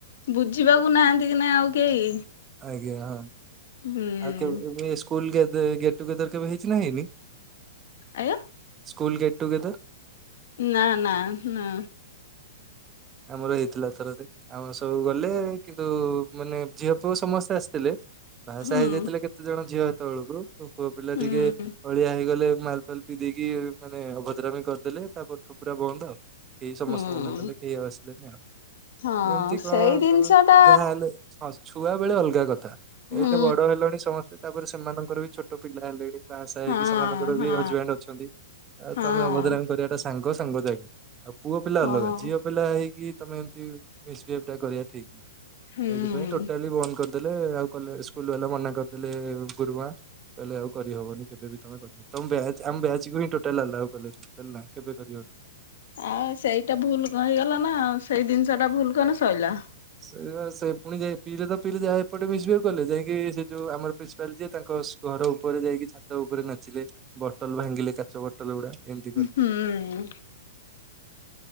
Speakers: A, on the left; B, on the right.
A: ବୁଝିବାକୁ ନାହାଁନ୍ତି କି ନା ଆଉ କେହି
B: ଆଜ୍ଞା ହଁ
A: ହୁଁ
B: ଆଉ କେବେକେବେ ସ୍କୁଲ ଗେଟ ଗେଟ୍ଟୁଗେଦର କେବେ ହେଇଚି ନା ହେଇନି?
A: ଆଜ୍ଞା।
B: ସ୍କୁଲ ଗେଟ୍ ଟୁଗେଦର୍
A: ନା ନା ନା।
B: ଆମର ହେଇଥିଲା ଥରରେ ଆମର ସବୁ ଗଲେ କିନ୍ତୁ ମାନେ ଝିଅ ପୁଅ ସମସ୍ତେ ଆସିଥିଲେ। ବାହାଷାହା
A: ହୁଁ
B: ହେଇଯାଇଥିଲେ କେତେ ଜଣ ଝିଅ ଏତଳକୁ ପୁ ପୁଅ ପିଲା
A: ହୁଁ
B: ଟିକେ ଅଳିଆ ହେଇଗଲେ ମାଲ ଫାଲ୍ ପି ଦେଇକି ମାନେ ଅଭଦ୍ରାମି କରିଦେଲେ। ତାପର୍ଠୁ ପୁରା ବନ୍ଦ ଆଉ। କେହି ସମସ୍ତେ
A: ହୁଁ
B: ମନା କଲେ। କେହି ଆଉ ଆସିଲେନି ଆଉ।
A: ହଁ
B: ଏମ୍ତି କଣ
A: ସେଇ ଜିନିଷ
B: କ
A: ଟା
B: ଯାହା ହେଲେ ସ ଛୁଆ ବେଳେ ଅଲ୍ଗା କଥା
A: ହୁଁ
B: ଏତେ ବଡ ହେଲାଣି ସମସ୍ତେ ତାପରେ ସେମାନଙ୍କର ବି ଛୋଟ ପିଲା ହେଲେଣି, ବାହାସାହା
A: ହଁ
B: ହେଇକି ସେମାନଙ୍କର
A: ହଁ
B: ବି ହଜବେଣ୍ଡ ଅଛନ୍ତି ।ଆଉ
A: ହଁ
B: ତମେ ଅଭଦ୍ରାମି କରିବାଟା ସାଙ୍ଗ ସାଙ୍ଗ ଯାଗି ଆଉ ପୁଅ ପିଲା
A: ହଁ
B: ଅଲଗା ଝିଅ ପିଲା ହେଇକି ତମେ ଏମତି ମିସବିହେବ ଟା କରିବା ଠିକ,
A: ହୁଁ
B: ସେଇଥିପାଇଁ ଟୋ କରିଦେଲେ ଆଉ କଇଲେ ସ୍କୁଲ ବାଲା ମନା କରିଦେଲେ। ଗୁରୁମା କହିଲେ ଆଉ କରିହବନି କେବେ ବି ତମେ କ ତମ ବ୍ୟାଚ୍ ଆମ ଵ୍ୟାଚକୁ ହିଁ ଟୋଟାଲ ଆଲାଉ କଲେନି କହିଲ ନା କେବେ କରିହବନି।
A: ଆଉ ସେଇଟା ଭୁଲ କ ହେଇଗଲା ନା, ସେଇ ଜିନିଷ ଟା ଭୁଲ କନେ ଶଇଲା।
B: ସେ ସେ ପୁଣି ଯ ପିଲେ ତ ପିଲ ଯାହା ଏପଟେ ମିସିହେଭ କଲେ ଯାଇକି ସେ ଯୋଉ ଆମର ପ୍ରିନ୍ସିପାଲ ଯିଏ ତାଙ୍କ ଘର ଉପରେ ଯାଇକି ଛାତ ଉପରେ ନାଚିଲେ ବଟଲ ଭାଙ୍ଗିଲେ କାଚ ବଟଲ ଗୁଡା ଏମତି କଲେ।
A: ହୁଁ